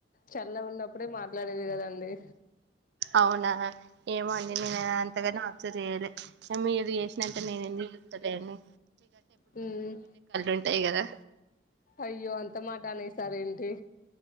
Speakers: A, on the left (about 50°); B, on the right (about 65°).
A: చల్లగున్నప్పుడే మాట్లాడేది కదండి
B: అవునా ఏమో అండి నేను అంతగానం అబ్జర్వ్ చేయలే మీ చేసినే నేను ఎందుకు చూస్తాడాన్ని
A: హ
B: ఉంటాయి కదా
A: అయ్యో అంత మాట అనేసారు ఏంటి